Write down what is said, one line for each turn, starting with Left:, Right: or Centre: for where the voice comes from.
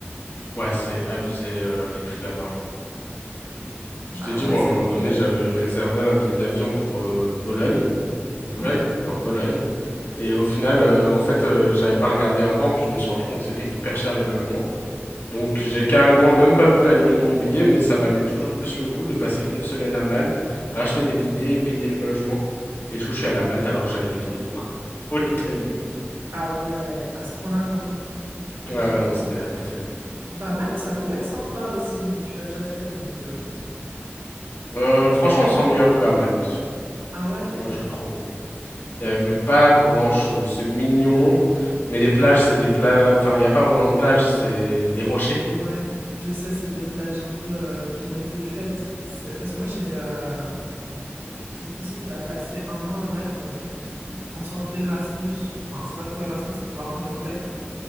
Left: Ouais, c'est abusé euh, les prix là-bas. hein.
Right: Bah
Left: Je t'ai dit,
Right: ouais,
Left: moi,
Right: c'est
Left: à un moment
Right: un peu,
Left: donné, j'avais réservé un billet d'avion pour euh, Bologne, ou Boulogne,
Right: Ouais.
Left: non, Bologne. Et au final, euh, en fait, euh, j'avais pas regardé avant, puis je me suis rendu compte que c'était hyper cher les logements. Donc, j'ai carrément même pas pu annuler mon billet, mais ça valait toujours plus le coup de passer une semaine à Malte, racheter des billets et payer le logement. Et du coup, je suis allé à Malte alors que j'avais des billets pour, <laughs> pour l'Italie.
Right: Ah ouais, à ce point-là quand même.
Left: Ouais,
Right: Ouais,
Left: ouais,
Right: j'avoue.
Left: non, c'était abusé.
Right: Bah Malte, ça pourrait être sympa aussi, mais tu l'as déjà fait, donc... euh,
Left: Euh, franchement, on s'ennuie un peu à Malte,
Right: Ah ouais?
Left: moi,
Right: Bon.
Left: je trouve. Il n'y avait pas grand-chose. C'est mignon, mais les plages, c'est des plages... Enfin, il n'y a pas vraiment de plage, c'est des rochers.
Right: Ouais. Je sais, c'est des plages un peu euh, qui ont été faites. C'est... Parce que moi, j'ai euh, j'ai une cousine qui a passé un an à Malte euh, en sorte d'Erasmus. Enfin, c'est pas trop Erasmus, c'était pour apprendre l'anglais.